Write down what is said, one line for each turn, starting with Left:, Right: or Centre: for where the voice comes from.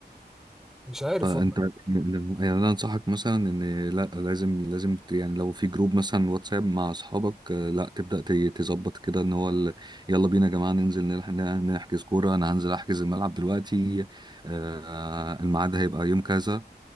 Centre: مش عارف
Right: فانت
Centre: والله
Right: يعني يعني انا انصحك مثلا ان لا لازم لازم ت- يعني لو في جروب مثلا واتساب مع اصحابك آه، لا تبدا ت- تظبط كده ان هو ال- يلا بينا يا جماعه ننزل نلح- نحجز كوره انا هنزل احجز الملعب دلوقتي آه، الميعاد هيبقى يوم كذا